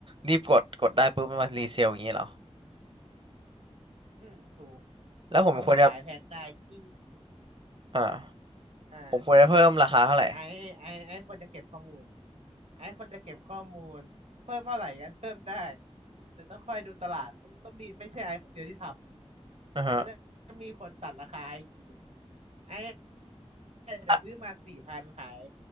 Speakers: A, on the right; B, on the right.
A: รีบกดกดได้ปุ๊บมันมารีเซลอย่างนี้เหรอ
B: อืมถูก
A: แล้วผมควรจะ
B: เอามาขายแพงได้ยิ่ง
A: อ่า
B: อ่า
A: ผมควรจะเพิ่มราคาเท่าไหร่
B: ไอ้ไอ้ไอ้ควรจะเก็บข้อมูลไอ้ควรจะเก็บข้อมูลเพิ่มเท่าไหร่ก็เพิ่มได้แต่ต้องคอยดูตลาดเพราะต้องมีไม่ใช่ไอ้คนเดียวที่ทำแล้วจะมีคนตัดราคาอีกทีหนึ่ง
A: อือฮะ
B: ไอ้อาจจะซื้อมาสี่พันขาย
A: อ่ะ